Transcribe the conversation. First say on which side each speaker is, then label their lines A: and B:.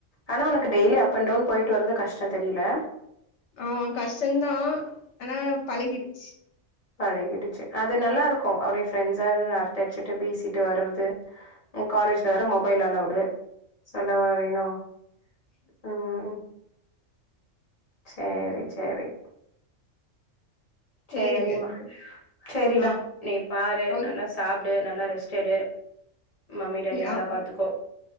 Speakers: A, on the left; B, on the left.
A: ஆனா ஒனக்கு டெய்லி அப் அண்ட் டவுன் பொயிட்டு வறது கஷ்டோ தெரிலே
B: ஆவ்வோ கஷ்ட்டோதா ஆனா பழகிடுச்சி
A: பழகிடுச்சி அது நல்லாருக்கோ அப்டி ஃப்ரெண்ட்ஸ்ல அரட்ட அடிச்சிட்டு பேசிட்டு வறற்து உ காலேஜ்ல வேர மொபைல் அளோடு சொல்லவா வேணு உம் உ சேரி சேரி செரிமா
B: சேரிங்க அத்த
A: செரிடா
B: ஆ
A: நீ பாரு
B: ஓக்
A: நல்லா சாப் டு நல்லா ரெஸ்ட் எடு மம்மி டேடிய நல்லா
B: ஆ
A: பாத்துக்கோ